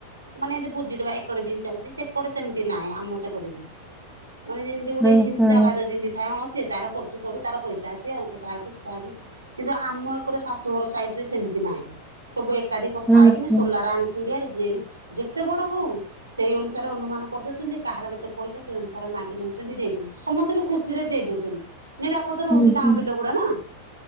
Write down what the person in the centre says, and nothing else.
ହୁଁ
ହୁଁ
ହୁଁ
ହୁଁ
ହୁଁ
ହୁଁ